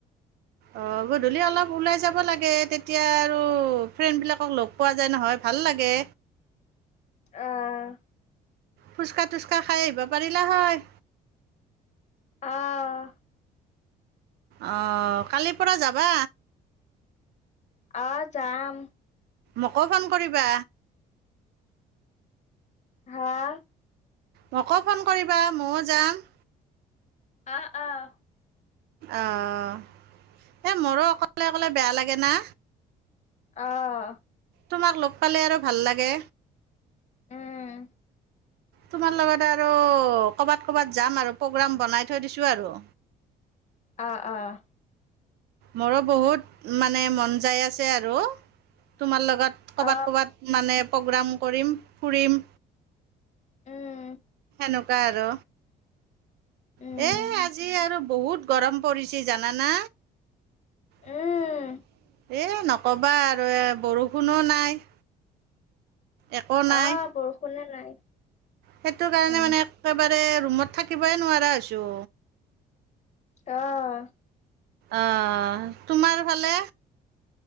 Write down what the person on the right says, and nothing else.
অঁ গধূলি অলপ ওলাই যাব লাগে তেতিয়া আৰু ফ্ৰেণ্ডবিলাকক লগ পোৱা যায় নহয় ভাল লাগে
ফুচকা তুচকা খাই আহিব পাৰিলা হয়
অঁ কালিৰ পৰা যাবা
মোকো ফোন কৰিবা
মোকো ফোন কৰিবা মইয়ো যাম
অঁ এই মোৰো অকলে অকলে বেয়া লাগে না
তোমাক লগ পালে আৰু ভাল লাগে
তোমাৰ লগত আৰু কৰ'বাত ক'ৰবাত যাম আৰু প্ৰগ্ৰাম বনাই থৈ দিছো আৰু
মোৰো বহুত মানে মন যায় আছে আৰু তোমাৰ লগত ক'ৰবাত
ক'ৰবাত মানে প্ৰ'গ্ৰাম কৰিম ফুৰিম
এনেকুৱা আৰু
এ আজি আৰু বহুত গৰম পৰিছে জানানা <inaudible>
এ নকবা আৰু এ বৰষুণো নাই একো নাই
সেইটো কাৰণে
মানে একেবাৰ ৰুমত থাকিবএ নোৱাৰা হৈছো
অহ তোমাৰ ফালে